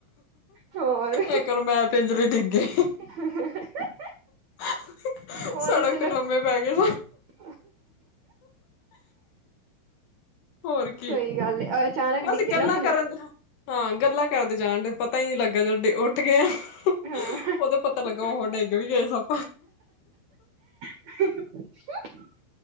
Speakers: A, on the right; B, on the left.
A: ਹੋਰ
B: ਇੱਕ ਵਾਰ ਮੈਂ ਤੇ ਅੰਜਲੀ ਡਿੱਗ ਗਈ।
A: <unintelligible>
B: <inaudible>
A: ਉਹ
B: ਸੜਕ
A: ਤਾਂ ਚਲੋ
B: ਤੇ ਲੰਮੇ ਪੈ ਗਏ।
A: <inaudible>
B: ਹੋਰ ਕੀ
A: ਸਹੀ ਗੱਲ ਹੈ ਅਚਾਨਕ ਡਿੱਗੇ
B: ਅਸੀਂ ਗੱਲਾਂ
A: ਨਾ ਬੰਦਾ
B: ਕਰਨ ਹਾਂ ਗੱਲਾਂ ਕਰਦੇ ਜਾਣ ਡੇ ਪਤਾ ਹੀ ਨਹੀਂ ਲੱਗਾ ਜਦੋਂ ਡਿ ਉੱਠ ਗਏ ਆਂ।
A: ਹਾਂ
B: ਉਹਦਾ ਪਤਾ ਲੱਗਾ ਉਹ ਡਿੱਗ ਵੀ ਗਏ ਸਭ
A: <inaudible>